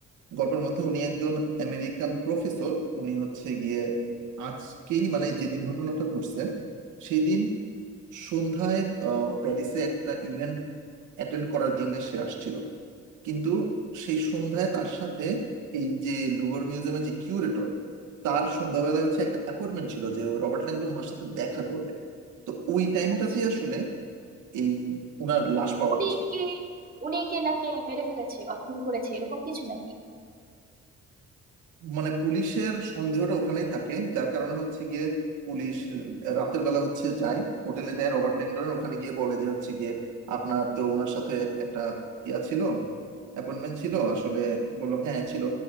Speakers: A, on the right (about 80°); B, on the right (about 30°).
A: গল্পের মধ্যে উনি একজন আমেরিকান প্রফেসর উনি হচ্ছে গিয়ে আজকেই মানে যেদিন ঘটনাটা ঘটছে সেই দিন সন্ধ্যায় আহ, প্যারিসে একটা ইভেন্ট অ্যাটেন্ড করার জন্য সে আসছিল কিন্তু সেই সন্ধ্যায় তার সাথে এই যে লুভর মিউজিয়ামের যে কিউরেটর তার সন্ধ্যাবেলায় হচ্ছে একটা অ্যাপয়েন্টমেন্ট ছিল যে রবার্ট ল্যাংডন ওনার সাথে দেখা করবে তো ওই টাইমটাতে
B: আচ্ছা
A: আসলে এই উনার লাশ পাওয়া
B: উনি
A: গেছে
B: কি উনি কি নাকি মেরে ফেলেছে বা খুন করেছে এরকম কিছু নাকি
A: মানে পুলিশের সন্দেহটা ওখানেই থাকে যার কারণে হচ্ছে গিয়ে পুলিশ আহ, রাতের বেলা হচ্ছে যায় হোটেলে যায় রবার্ট ল্যাংডন ওখানে গিয়ে বলে যে হচ্ছে গিয়ে আপনার তো ওনার সাথে একটা ইয়া ছিল অ্যাপয়েন্টমেন্ট ছিল আসলে বললো হ্যাঁ ছিল